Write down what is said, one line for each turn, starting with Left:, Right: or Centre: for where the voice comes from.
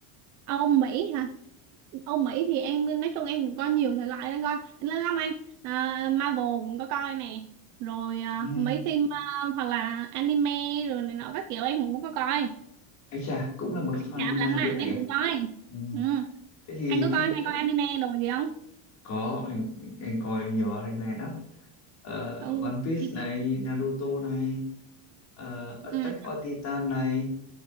Right: ông Mỹ hả Âu Mỹ thì em nói chung em cũng coi nhiều thể loại em coi lớn lắm anh à, Marvel cũng có coi nè rồi à,
Left: Ừ.
Right: mấy phim à, hoặc là anime rồi này nọ các kiểu em cũng có coi
Left: Ấy chà, cũng là một fan
Right: cảm lãng
Left: ờ, điện
Right: mạn
Left: ảnh
Right: em
Left: à?
Right: cũng coi
Left: Ừ.
Right: ừ.
Left: Thế thì
Right: anh có coi
Left: phim
Right: hay coi anime đồ gì không
Left: có anh anh coi nhiều anime đó. Ờ,
Right: không
Left: One Piece
Right: đi
Left: này,
Right: kiểu
Left: Naruto này, ờ, Attack
Right: ừ.
Left: on Titan này,